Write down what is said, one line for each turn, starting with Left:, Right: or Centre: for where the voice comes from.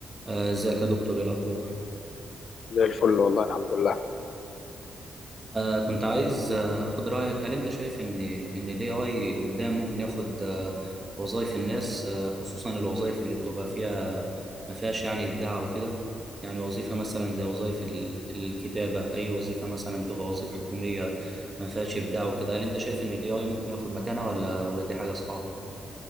Right: آه، ازيك يا دكتور ايه الاخبار
Left: زي الفل والله الحمد لله
Right: آه كنت عايز آه، اخد رايك هل انت شايف ان ان الاي اي قدام ممكن ياخد آه وظايف الناس آه خصوصا الوظايف اللي بتبقى فيها ما فيهاش يعني ابداع وكده يعني وظيفه مثلا زي وظايف ال- الكتابه اي وظيفه مثلا بتبقى وظيفه حكوميه ما فيهاش ابداع وكده هل انت شايف ان الاي اي ممكن ياخد مكانها ولا ولا دي حاجه صعبه